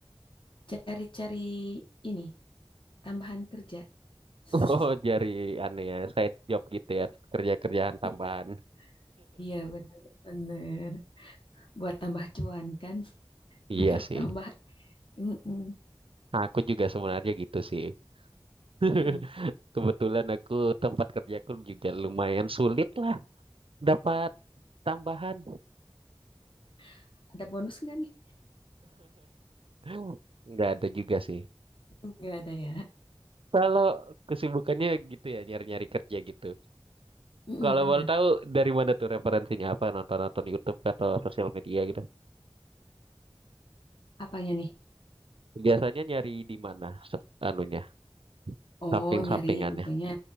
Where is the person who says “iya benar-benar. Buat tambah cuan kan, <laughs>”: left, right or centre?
Left